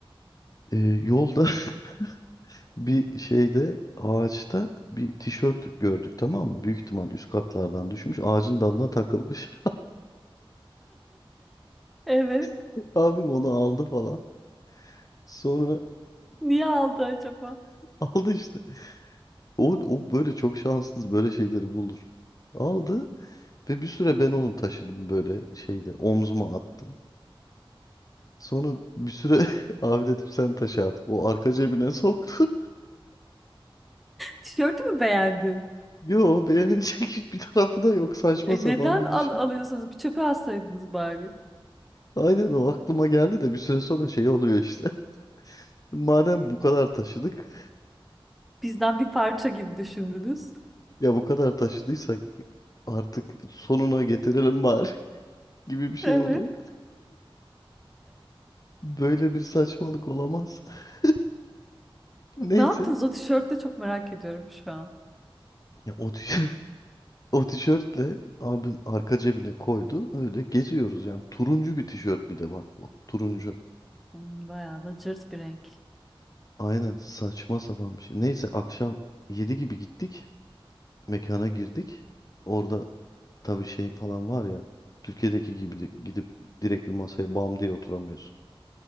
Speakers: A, on the left; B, in the centre.
A: E, yolda <laughs> bir şeyde ağaçta bir tişört gördük tamam mı? Büyük ihtimal üst katlardan düşmüş ağacın dalına takılmış.
B: Evet.
A: <laughs> Abim onu aldı falan. Sonra
B: Niye aldı acaba?
A: <laughs> aldı işte. O, o böyle çok şanssız böyle şeyleri bulur. Aldı ve bir süre ben onu taşıdım böyle şeyde omzuma attım. Sonra bir süre <laughs> abi dedim sen taşı artık. O arka cebine soktu.
B: Tişörtü mü beğendi?
A: <laughs> Yo beğenilecek hiçbir tarafı da yok. Saçma
B: E
A: sapan
B: neden
A: bir
B: al
A: düşün.
B: alıyorsunuz? Bir çöpe atsaydınız bari.
A: Aynen o aklıma geldi de bir süre sonra şey oluyor işte. <laughs> Madem bu kadar taşıdık.
B: Bizden bir parça gibi düşündünüz.
A: Ya bu kadar taşıdıysak artık sonuna getirelim bari <laughs> gibi bir şey
B: Evet.
A: oluyor. Böyle bir saçmalık olamaz. <laughs> Neyse.
B: Ne yaptınız o tişörtte çok merak ediyorum şu an.
A: Ya o tişört, <laughs> o tişörtle abim arka cebine koydu. Öyle geziyoruz yani. Turuncu bir tişört bir de bak bu. Turuncu.
B: Hmm, Bayağı da cırt bir renk.
A: Aynen saçma sapan bir şey. Neyse akşam 7 gibi gittik. Mekana girdik. Orada tabii şey falan var ya. Türkiye'deki gibi di- gidip direkt bir masaya bam diye oturamıyorsun.